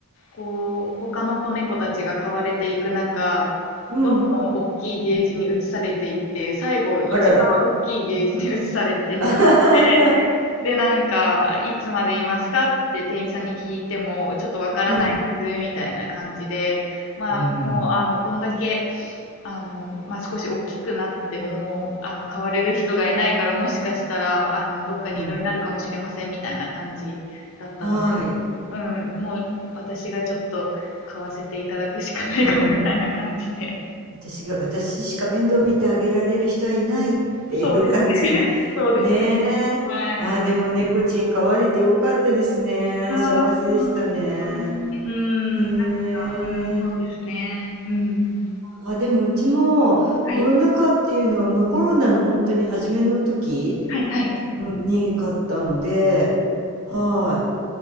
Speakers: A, on the left (about 60°); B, on the right (about 70°).
A: こう、他の子猫たちが飼われていく中、
B: うん。
A: どんどん大きいゲージに移されていって、最後一番大きいゲージに移されてしまってで、
B: あらら。<laughs>
A: なんか、いつまでいますかって店員さんに聞いても、ちょっとわからないです、
B: うん。
A: みたいな感じで、まあ、
B: うん。
A: もう、あの、こんだけ、あの、まあ、少し大きくなっても、あの、買われる人がいないから、もしかしたら、あの、どっかに異動になるかもしれません、
B: うん。
A: みたいな感じだったので、
B: はい。
A: うん、もう、私がちょっと買わせていただくしかないかな、
B: うん。
A: みたいな感じで。
B: 私が私しか面倒見てあげられる人はいないっていう感じに。
A: そうですね。
B: <laughs>
A: そうですね。
B: ねえ。
A: はい。
B: ああ、でも猫ちん飼われてよかったですね。
A: ああ、
B: 幸せでしたね。
A: ほに。うーん、
B: へえ。
A: なんかうん、そうね。うん。
B: あ、でもうちもコロナ禍っていうのは、
A: はい。
B: もうコロナの本当に初めの時、
A: はいはい。
B: うんに買ったので、はい。